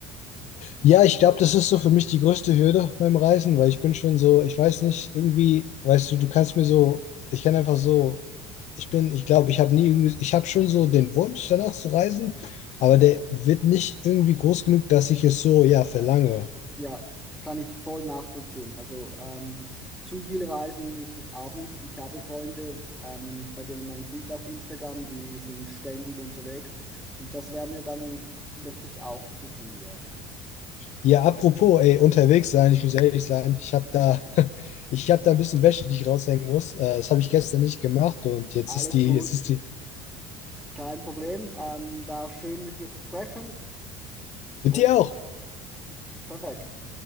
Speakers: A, on the left; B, in the centre.
A: Ja, ich glaube, das ist so für mich die größte Hürde beim Reisen, weil ich bin schon so, ich weiß nicht, irgendwie, weißt du, du kannst mir so, ich kann einfach so, ich bin, ich glaube, ich habe nie irgendwie, ich habe schon so den Wunsch danach zu reisen, aber der wird nicht irgendwie groß genug, dass ich es so, ja, verlange.
B: Ja, kann ich voll nachvollziehen. Also ähm, zu viel reisen müsste ich auch nicht. Ich habe Freunde, ähm, bei denen man sieht auf Instagram, die sind ständig unterwegs und das wäre mir dann wirklich auch zu viel, ja.
A: Ja, apropos, ey, unterwegs sein, ich muss ehrlich sein, ich habe da, <laughs> ich habe da ein bisschen Wäsche, die ich raushängen muss. Äh, das habe ich gestern nicht gemacht und jetzt
B: Alles
A: ist die,
B: gut,
A: jetzt ist die,
B: kein Problem. Ähm, war schön mit dir zu sprechen
A: mit
B: und
A: dir auch.
B: perfekt.